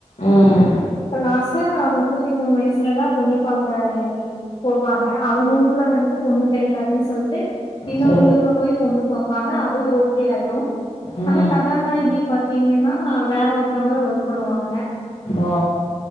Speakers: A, on the left; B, on the left.
A: ம்
B: இப்ப லாஸ்டா முப்பத்தி மூணு வயசுலதான் பொண்ணு பாத் வேறங் போவாங்க அவங்க ஊர்ல வந்து பொண்ணு கிடைக்காதுன்னு சொல்ட்டு ன்னேரூ
A: சரி
B: ஊர்ல போய் பொண்ணூ பாப்பாங்க அதுவூம் ஒத் ஓகே ஐ நோ
A: ம்
B: ஆனா கதாநாயகி பாத்தீங்கன்னா வேற ஒருத்தங்கள லவ் பண்ணுவாங்க
A: ஓ